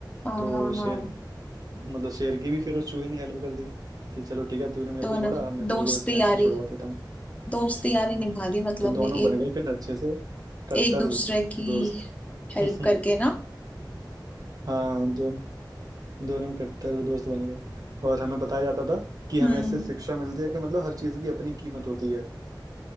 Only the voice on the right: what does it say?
तो
शेर
मतलब शेर की भी फिर उस चूहे ने हेल्प कर दी कि चलो ठीक है तूने मेरे
को छोड़ा
अब मैं तेरे
को इस नेट
से छुड़वा देता हूँ
तो दोनों
बन
गए फिर अच्छे से कट्टर
दोस्त
<laughs>
हाँ दोन, दोनों कट्टर दोस्त बन गए और हमें बताया जाता था कि हमें
इससे शिक्षा मिलती है कि मतलब हर चीज की अपनी कीमत होती है